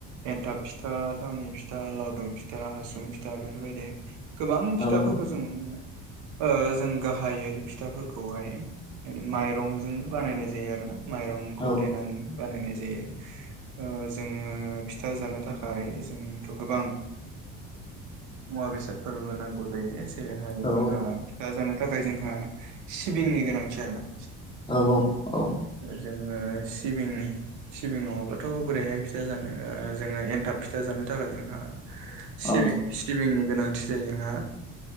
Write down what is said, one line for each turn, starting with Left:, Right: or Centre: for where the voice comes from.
Right: एन्थाब फिथा थावनि फिथा लावदुम फिथा हासुं फिथा बेफोरबायदि। गोबां
Left: औ
Right: फिथाफोरखौ जों नुनो मोनो ओ-जों गाहायै फिथाफोरखौहाय। माइरंजोंनो बानायनाय जायो आरो ना माइरंखौ
Left: औ
Right: देनानै बानायनाय। जायो ओ-जोङो फिथा जानो थाखाय जोंथ गोबां मुवा बेसादफोरबो नांगौ जायो। जेरैहाय
Left: औ
Right: जोंहा फिथा जानो थाखाय जोंहा सिबिंनि गोनांथि आरो ना।
Left: औ औ औ
Right: जोङो सिबिं-सिबिं नङाब्लाथ बोरैहाय फिथा जानो जोङो एन्थाब फिथा जानो। थाखाय जोंहां सिबिं-सिबिंनि।
Left: औ
Right: गोनांथि जायो जोंहा